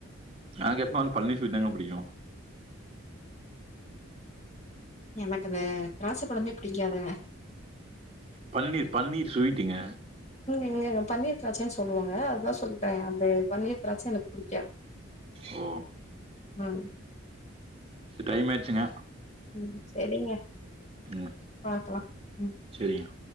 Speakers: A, on the right (about 30°); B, on the left (about 35°).
A: எனக்கு எப்பமே வந்து பனீர் ஸ்விட்தாங்க புடிக்கு
B: எனக்கு இந்த திராட்ச பழமே புடிக்காதுங்க
A: பனீர் பனீர் ஸ்வீட்டுங்க
B: இங்க பன்னீர் திராச்சைனு சொல்லுவாங்க அதுதா சொல்ட்டே அந்த பன்னீர் திராச்சை எனக்கு புடிக்காது
A: ஓ
B: ம்
A: டைம் ஆயிடுச்சுங்க
B: ம் சேரிங்க
A: ம்
B: பாக்கலா, ம்
A: சேரிங்க